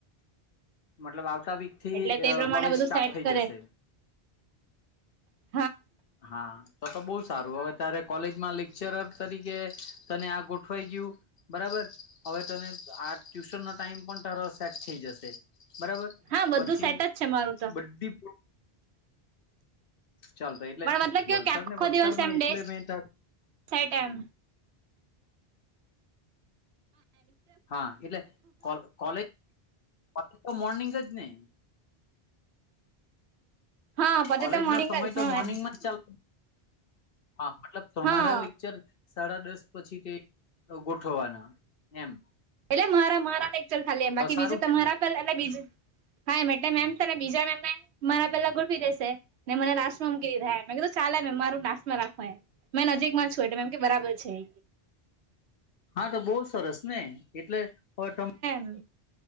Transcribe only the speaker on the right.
એટલે તે પ્રમાણે
બધું
સેટ
કરે
હા
હા બધું
સેટ જ છે મારું તો
પણ મતલબ કેવું
કે આખો
દિવસ એમ
ડે
સેટ એમ
હા પતે
તો મોર્નિંગ
જ
હા
એમ
હા
એટલે મારા મારા લેક્ચર ખાલી એમ
બાકી
બીજ તમારા પણ બીજા હા એટલે મેમ બીજા મેમએ મારા પેલા ગોઠવી દેસે ને મને લાસ્ટ માં મૂકી દીધા મે કીધું ચાલે મે મારું લાસ્ટમાં એફાયાર, મેં નજીકમાં છું એટલે મેમ કે બરાબર છે એ.
હમ્મ.